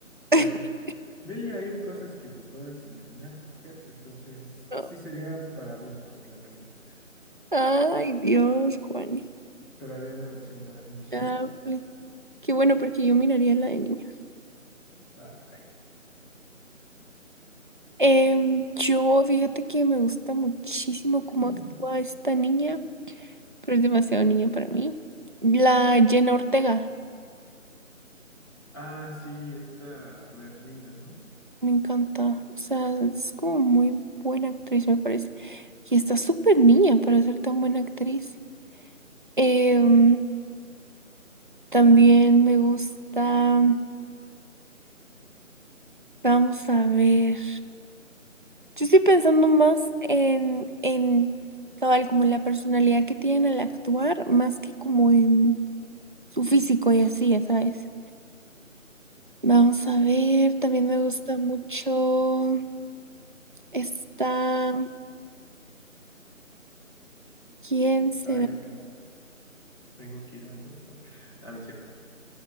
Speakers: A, on the left; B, on the right.
A: Bueno,
B: <laughs>
A: Milly, hay un cosas que te puedas imaginar, Kat, entonces
B: No.
A: sí sería para adultos la película,
B: Ay, Dios, Juani.
A: pero había una versión para niños.
B: Chale.
A: ¿Y tú?
B: Qué bueno, porque yo miraría la de niña.
A: Ay.
B: Em, yo, fíjate que me gusta muchísimo cómo
A: <laughs>
B: actúa esta niña. pero es demasiado niño para mí. La Jenna Ortega,
A: Ah, sí, esta Merlina, ¿no?
B: me encanta. O sea, es como muy buena actriz, me parece. Y está súper niña para ser tan buena actriz. Em, también me gusta. Vamos a ver. Yo estoy pensando más en, en cabal, como la personalidad que tienen al actuar, más que como en su físico y así, ya sabes. Vamos a ver, también me gusta mucho esta. ¿Quién será?
A: Ay, Kat, tengo que ir al doctor. Ah, no es cierto.